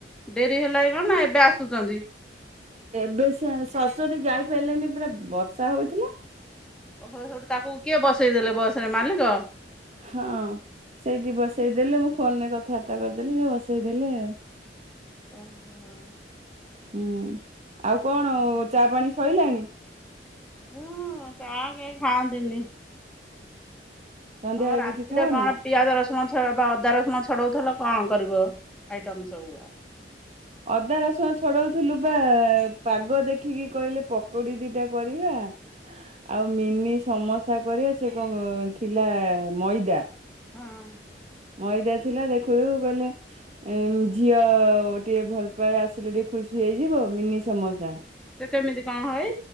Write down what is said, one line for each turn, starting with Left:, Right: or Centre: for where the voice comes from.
Centre: ଡେରି ହେଲାନି କଣ ନା ଏବେ ଆସୁଛନ୍ତି।
Right: ଏବେ ସେ ସରସ୍ଵତୀ ଯାଇପାରିଲାନି ପୁରା ବର୍ଷା ହଉଥିଲା।
Centre: ଓହୋ ତାକୁ କିଏ ବସେଇଦେଲେ ବସରେ ମାଲିକ।
Right: ହଁ ସେଇଠି ବସେଇଦେଲେ ମୁଁ ଫୋନ ରେ କଥାବାର୍ତ୍ତା କରିଦେଲି ସେ ବସେଇଦେଲେ ଆଉ।
Centre: ଓହୋ।
Right: ହୁଁ ଆଉ କଣ ଚା ପାଣି ସଇଲାଣି।
Centre: ଉୁଁ ଚାହା କେହି ଖାଆନ୍ତିନି।
Right: ସନ୍ଧ୍ୟାବେଳେ
Centre: ତମ ରାତିରେ
Right: କିଛି ଖାଅନା।
Centre: କଣ ପିଆଜ ରସୁଣ ବା ଅଦା ରସୁଣ ଛଡଉଥିଲେ କଣ କରିବ ଆଇଟମ୍ ସବୁଆ
Right: ଅଦା ରସୁଣ ଛଡଉଥିଲୁ ବା ପାଗ ଦେଖିକି କହିଲେ ପକୋଡି ଦିଟା କରିବା। ଆଉ ମିନି ସମସା କରିବା ସେ କଣ ଥିଲା ମଇଦା।
Centre: ହଁ।
Right: ମଇଦା ଥିଲା ଦେଖୁ ଦେଖୁ କହିଲେ। ଝିଅ ଟିକେ ଭଲ ପାଏ ଆସିଲେ ଟିକେ ଖୁସି ହେଇଯିବ ମିନି ସମସା।
Centre: ସିଏ କେମିତି କଣ ହଏ?